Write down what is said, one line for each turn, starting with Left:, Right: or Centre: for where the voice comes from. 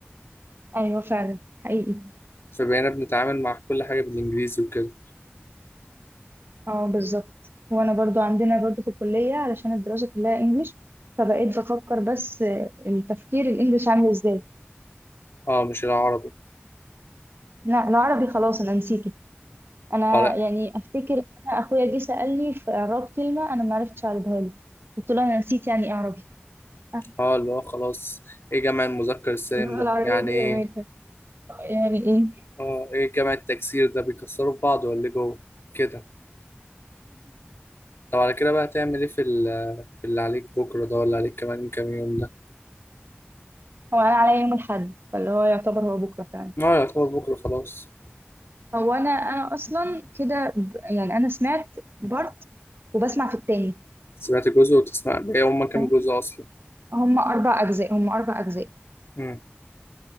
Right: ايوه فعلا حقيقي
Left: فبقينا بنتعامل مع كل حاجه بالانجليزي وكده
Right: اه بالظبط وانا برضو عندنا برضو في الكلية علشان الدراسة كلها انجليش فبقيت بفكر بس آه، التفكير الانجليش عامل ازاي
Left: اه مش العربي
Right: لا العربي خلاص انا نسيته انا
Left: اه لا
Right: يعني افتكر ان انا اخويا جه سألني في اعراب كلمة انا ما عرفتش اعربها له قلت له انا نسيت يعني ايه عربي آه،
Left: اه اللي هو خلاص ايه جمع المذكر السالم
Right: اللي هو
Left: ده
Right: العربية
Left: يعني
Right: دي
Left: ايه
Right: رميتها يعني ايه
Left: اه ايه جمع التكسير ده بيكسروا في بعض ولا إيه جوه كده طب على كده بقى هتعمل ايه في ال- في اللي عليك بكره ده ولا عليك كمان كام يوم ده
Right: هو انا عليا يوم الاحد فاللي هو يعتبر هو بكرة فعلا
Left: اه يعتبر بكره خلاص
Right: هو انا انا اصلا كده ب- يعني انا سمعت بارت وبسمع في التاني
Left: سمعت جزء وتسمع بقى هما كام
Right: تمام
Left: جزء اصلا
Right: هم اربع اجزاء هم اربع اجزاء
Left: امم